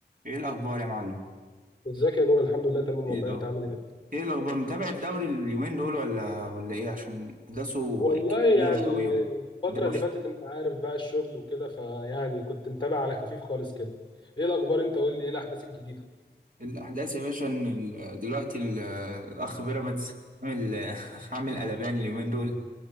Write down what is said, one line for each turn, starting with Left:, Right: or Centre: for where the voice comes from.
Right: ايه الاخبار يا معلم
Left: ازيك يا نور الحمد لله تمام
Right: ايه
Left: والله
Right: ده
Left: انت عامل ايه
Right: ايه الاخبار متابع الدوري اليومين دول ولا ولا ايه عشان احداثه
Left: والله
Right: بقت
Left: يعني
Right: كتيره قوي
Left: الفترة
Right: ودوشه
Left: اللي فاتت انت عارف بقى الشغل وكده فيعني كنت متابع على خفيف خالص كده ايه الاخبار انت قول لي ايه الاحداث الجديدة
Right: الاحداث يا باشا إن ال- دلوقتي ال- الاخ بيراميدز عامل <laughs> عامل قلبان اليومين دول